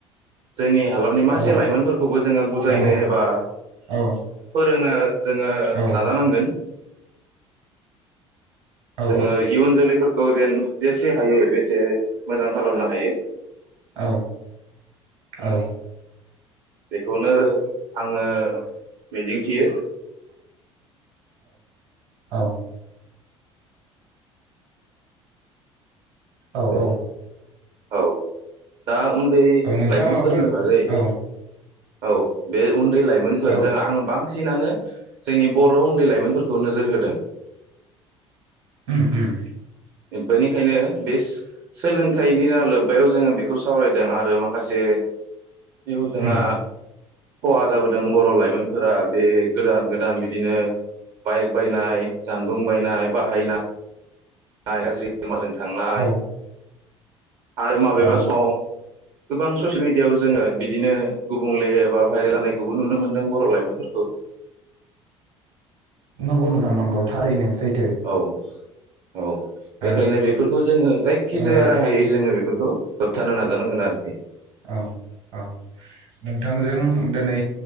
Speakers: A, on the right (about 45°); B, on the right (about 60°).
A: जोंनि हालामनि मासे
B: औ
A: लाइमोनफोरखौबो जोङो बुजायनो
B: औ
A: एबा फोरोंनो
B: औ
A: जोङो
B: औ
A: नाजानांगोन
B: औ
A: जोङो इयुन जोलैफोरखौ जेन जेसे हायो ऐस जे मोजां खालामनो हायो
B: औ औ
A: बेखौनो आङो मिजिं थियो
B: औ औ औ
A: औ दा उन दै
B: औ नोंथाङा
A: लाइमोनफोरनि
B: माबाफोर
A: बागै
B: औ
A: औ बे उन्दै लाइमोनफोरजों
B: औ
A: आङो बांसिनानो जोंनि बर उन्दै लाइमोनफोरखौ नोजोर होदों।
B: उम उम
A: बेनिखायनो बे सोलोंथाइनि जा लोब्बायाव जोङो बेखौ सावरायदों आरो मा माखासे जिउ जोंहा
B: उम
A: खहा जाबोदों बर लाइमोनफोरा बे गोदान गोदान बिदिनो बाइक बायनाय जानबुं बायनाय बाहायनाय <unintelligible> गाज्रि माजों थांनाय
B: औ
A: आरो माबेबा
B: औ
A: समाव गोबां ससियेल मिडियायाव जोङो बिदिनो गुबुंले एबा भाइरेल जानायखौबो नुनो मोनदों बर लाइमोनफोरखौ।
B: नंगौ नोंथां नंगौ थारैनो सै
A: औ औ बेखायनो
B: ओ
A: बेफोरखौ जोङो जायखिजाया
B: ओ
A: राहायै जोङो बेफोरखौ होबथानो नाजानांगोन आरो। <inaudible>
B: औ औ नोंथांजों
A: औ
B: दिनै